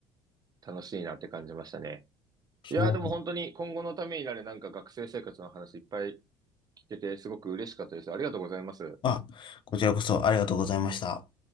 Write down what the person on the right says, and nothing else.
楽しいなって感じましたね。
いやーでも本当に今後のためになるなんか学生生活の話いっぱい聞けてすごく嬉しかったです。ありがとうございます。